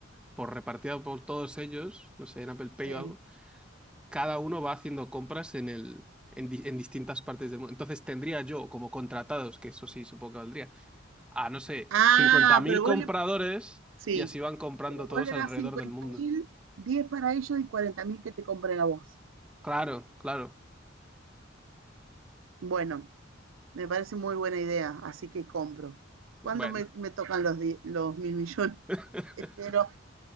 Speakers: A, in the centre; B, on the right.
A: por repartida por todos ellos, no sé, en Apple Pay
B: Sí.
A: o algo, cada uno va haciendo compras en el, en, di- en distintas partes del mundo. Entonces, tendría yo como contratados, que eso sí supongo que valdría, a, no sé,
B: Ah,
A: cincuenta mil
B: pero
A: compradores
B: vos le, sí,
A: y así van comprando
B: pero
A: todos
B: vos le
A: alrededor
B: das cincuenta
A: del mundo.
B: mil, 10 para ellos y 40.000 que te compre la voz.
A: Claro, claro.
B: Bueno, me parece muy buena idea, así que compro. ¿Cuándo
A: Bueno.
B: me, me tocan los, die- los mil millones?
A: <laughs>
B: <laughs> Espero,